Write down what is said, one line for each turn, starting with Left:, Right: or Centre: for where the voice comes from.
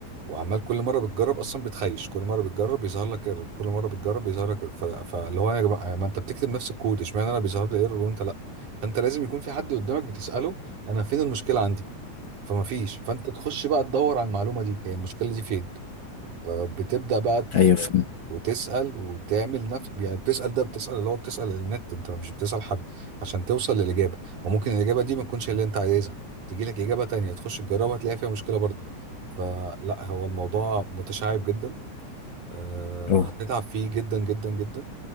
Right: وعمال كل مره بتجرب اصلا بتخيش كل مره بتجرب بيظهر لك ايرور كل مره بتجرب بيظهر لك error. ف... فاللي هو يا جماعه ما انت بتكتب نفس الكود اشمعنى انا بيظهر لي ايرور وانت لا فانت لازم يكون في حد قدامك بتساله انا فين المشكله عندي فما فيش فانت تخش بقى تدور على المعلومه دي هي المشكله دي فين فبتبدا بقى
Left: أيوه فهمت
Right: وتسأل وتعمل نفس يعني بتسأل ده بتسأل اللي هو بتسأل النت انت مش بتسأل حد عشان توصل للإجابة وممكن الإجابة دي ما تكونش اللي انت عايزها تيجي لك إجابة تانية تخش تجربها تلاقي فيها مشكلة برضو فلا هو الموضوع متشعب جدا آه،
Left: أه
Right: هتتعب فيه جدا جدا جدا